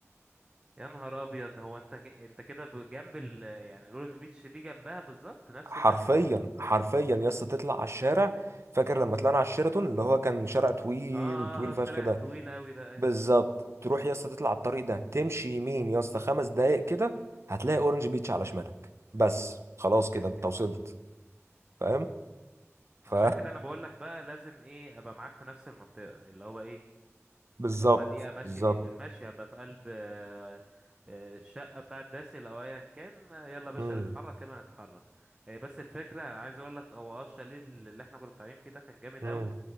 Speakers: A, on the right; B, on the right.
A: يا نهار ابيض هو انت ك... انت كده ب- جنب ال... يعني الاورنج بيتش دي جنبها بالظبط نفس
B: حرفيا
A: المكان ده
B: حرفيا يا اسطى تطلع على الشارع فاكر لما طلعنا على الشيراتون اللي هو كان شارع طويل
A: اه آه،
B: طويل
A: آه، الشارع
B: فشخ ده
A: الطويل قوي ده ايه
B: بالظبط تروح يا اسطى تطلع على الطريق ده تمشي يمين يا اسطى خمس دقايق كده هتلاقي اورنج بيتش على شمالك بس خلاص
A: ايه الضحك
B: كده انت
A: ده
B: وصلت فاهم ف
A: عشان كده انا بقول لك بقى لازم ايه ابقى معاك في نفس المنطقة اللي هو ايه
B: <laughs> بالظبط
A: هما دقيقة ماشية
B: بالظبط
A: دقيقتين ماشية هبقى في قلب آه، آه، الشقة بتاعت باسل أو أيا كان آه، يلا يا باشا
B: مم.
A: نتحرك يلا نتحرك هي بس الفكرة أنا عايز أقول لك هو أه الشاليه اللي إحنا كنا طالعين فيه ده كان جامد
B: مم.
A: أوي